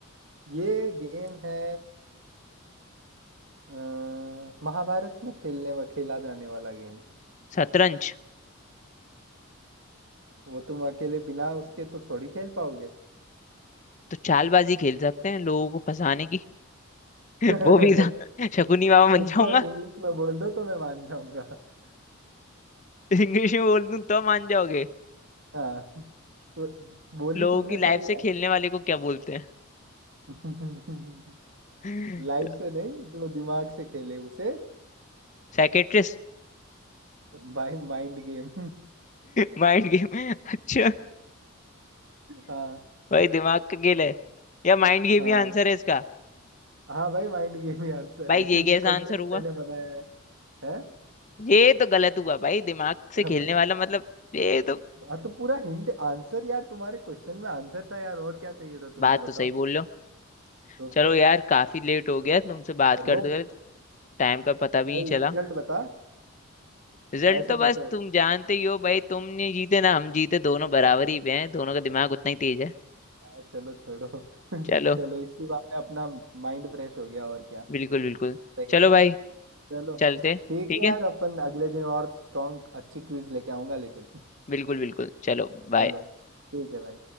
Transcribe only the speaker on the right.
ये गेम है अ, महाभारत में खेलने व खेला जाने वाला गेम
वो तुम अकेले बिना उसके तो थोड़ी खेल पाओगे
<laughs>
उसको
इंग्लिश
में बोल दो तो मैं मान जाऊंगा <laughs>
हाँ तो बोली
तुमने
सही
है
<laughs>
लाइफ से नहीं जो दिमाग से खेले उसे
भाई माइंड गेम
हाँ
हाँ
हाँ भाई माइंड गेम ही आंसर
है
इस
क्वेश्चन
ही
मैंने बनाया है है
हाँ भाई
हाँ तो पूरा हिंट आंसर यार तुम्हारे क्वेश्चन में आंसर था यार और क्या चाहिए था तुमको
बताओ
तो
फिर
और
वो
भाई
रिजल्ट बता
ऐसे
कैसे
हो
भाई
हाँ, चलो छोड़ो
<laughs> चलो इसी बात में अपना माइंड फ्रेश हो गया और क्या
सही
है ना
चलो
ठीक
है यार
अपन अगले दिन और स्ट्रॉन्ग अच्छी क्विज लेके आऊंगा लेकिन
चलो ठीक है भाई